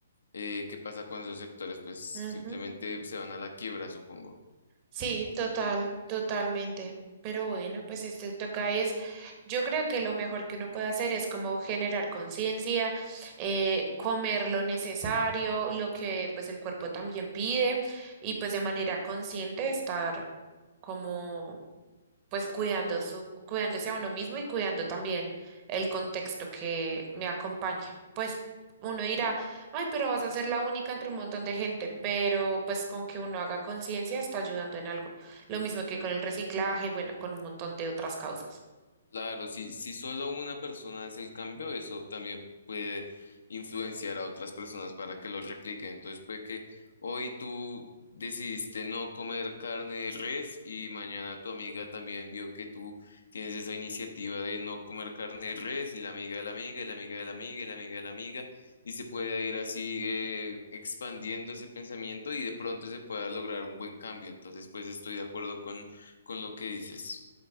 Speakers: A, on the left (about 65°); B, on the right (about 30°).
A: eh, ¿qué pasa con esos sectores? Pues simplemente
B: Ah.
A: se van a la quiebra, supongo.
B: Sí, total, totalmente. Pero bueno, pues esto toca es, yo creo que lo mejor que uno puede hacer es como generar conciencia, eh, comer lo necesario, lo que pues el cuerpo también pide y pues de manera consciente estar como pues cuidando su, cuidándose a uno mismo y cuidando también el contexto que me acompaña. Pues uno dirá, ay, pero vas a ser la única entre un montón de gente, pero pues con que uno haga conciencia está ayudando en algo. Lo mismo que con el reciclaje y bueno, con un montón de otras causas.
A: Claro, si, si solo una persona hace el cambio, eso también puede influenciar a otras personas para que lo repliquen. Entonces puede que hoy tú decidiste no comer carne de res y mañana tu amiga también vio que tú tienes esa iniciativa de no comer carne de res y la amiga de la amiga y la amiga de la amiga y la amiga de la amiga y se puede ir así eh, expandiendo ese pensamiento y de pronto se pueda lograr un buen cambio. Entonces pues estoy de acuerdo con, con lo que dices.